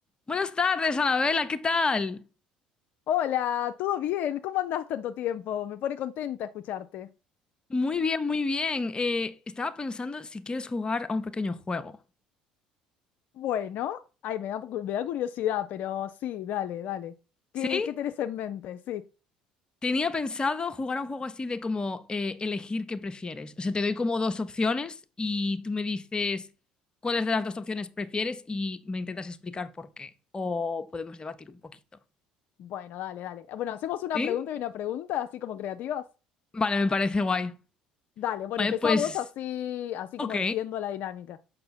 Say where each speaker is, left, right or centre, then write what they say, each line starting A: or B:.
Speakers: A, on the left (about 25°); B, on the left (about 55°).
A: Buenas tardes, Anabela, ¿qué tal?
B: Hola, ¿todo bien? ¿Cómo andás tanto tiempo? Me pone contenta escucharte.
A: Muy bien, muy bien. Eh, estaba pensando si quieres jugar a un pequeño juego.
B: Bueno, ay, me da, cu- me da curiosidad, pero sí, dale, dale. ¿Qué,
A: ¿Sí?
B: qué tenés en mente? Sí.
A: Tenía pensado jugar a un juego así de como eh, elegir qué prefieres. O sea, te doy como dos opciones y tú me dices cuáles de las dos opciones prefieres y me intentas explicar por qué. O podemos debatir un poquito.
B: Bueno, dale, dale. Bueno, hacemos una
A: ¿Sí?
B: pregunta y una pregunta, así como creativas.
A: Vale, me parece guay.
B: Dale, bueno,
A: Vale,
B: empezamos
A: pues,
B: así, así
A: ok.
B: como entiendo la dinámica.